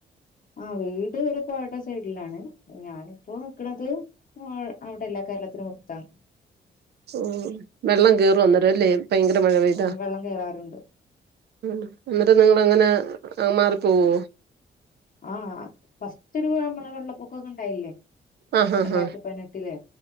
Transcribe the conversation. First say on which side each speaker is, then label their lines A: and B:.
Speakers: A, on the left (about 45°); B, on the right (about 55°).
A: ആഹ് വീട് ഒരു പുഴയുടെ സൈഡിലാണ്. ഞാനിപ്പോ നിക്ക്ണത്. അവിടെ അല്ലാ. കേരളത്തിനു പൊറത്താണ്.
B: ഓഹ് വെള്ളം കേറും അന്നേരം ലെ ഭയങ്കര മഴ പെയ്താ.
A: ആഹ് വെള്ളം കേറാറുണ്ട്
B: ഉം ഇന്നട്ട് നിങ്ങൾ അങ്ങനെ മാറിപ്പോവോ?
A: ആഹ് ഫസ്റ്റ് ഒരു <unintelligible> വെള്ളപൊക്കൊക്കെ ഇണ്ടായില്ലെ.
B: ആഹ് ആഹ്
A: രണ്ടായിരത്തി പതിനെട്ടിലേ.